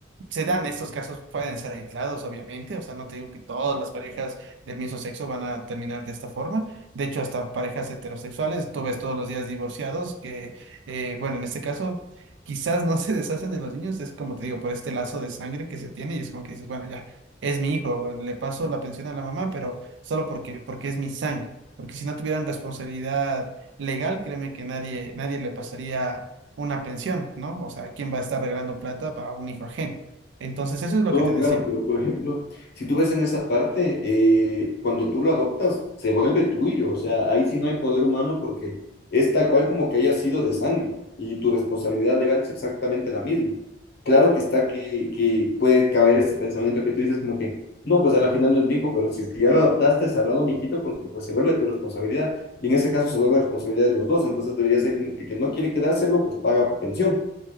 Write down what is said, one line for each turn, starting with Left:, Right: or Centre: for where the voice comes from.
Right: se dan estos casos, pueden ser aislados, obviamente, o sea, no te digo que todas las parejas del mismo sexo van a terminar de esta forma. De hecho, hasta parejas heterosexuales, tú ves todos los días divorciados que, eh, bueno, en este caso, quizás no <laughs> se deshacen de los niños, es como te digo, por este lazo de sangre que se tiene y es como que dices, bueno, ya, es mi hijo, le paso la pensión a la mamá, pero solo porque, porque es mi sangre porque si no tuvieran responsabilidad legal, créeme que nadie, nadie le pasaría una pensión, ¿no? O sea, ¿quién va a estar regalando plata para un hijo ajeno? Entonces, eso es lo
Left: No,
Right: que te
Left: claro,
Right: decía.
Left: pero por ejemplo, si tú ves en esa parte, eh, cuando tú lo adoptas, se vuelve tuyo, o sea, ahí sí no hay poder humano porque es tal cual como que haya sido de sangre y tu responsabilidad legal es exactamente la misma. Claro que está que, que puede caber este pensamiento que tú dices como que, no, pues al final no es mi hijo, pero si es que ya lo adoptaste, salado mi hijito, porque pues se vuelve tu responsabilidad y en ese caso se vuelve responsabilidad de los dos, entonces debería ser como que, el que no quiere quedárselo, pues paga pensión.